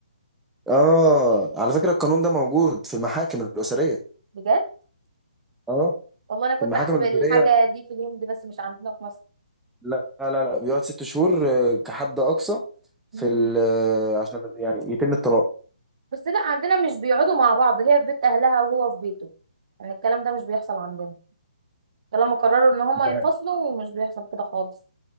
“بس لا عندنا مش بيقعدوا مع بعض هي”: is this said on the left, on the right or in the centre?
Right